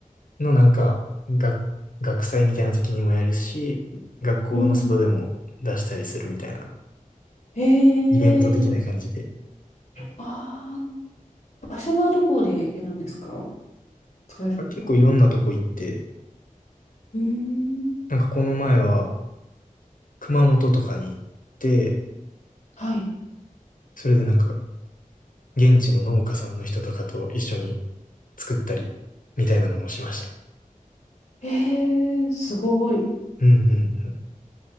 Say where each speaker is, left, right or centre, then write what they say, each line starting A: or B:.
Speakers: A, on the left; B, on the left.
A: のなんか、学、学祭みたいな時にもやるし、学校の外でも出したりするみたいな、
B: うん。えー、
A: イベント的な感じで。
B: あー、場所はどこでやるんですか使い先は。
A: あ結構いろんなとこ行って、
B: うーん。
A: なんかこの前は、熊本とかに行って、
B: はい。
A: それでなんか、現地の農家さんの人とかと一緒に作ったり、みたいなのもしました。
B: えー、すごい。
A: うんうんうん。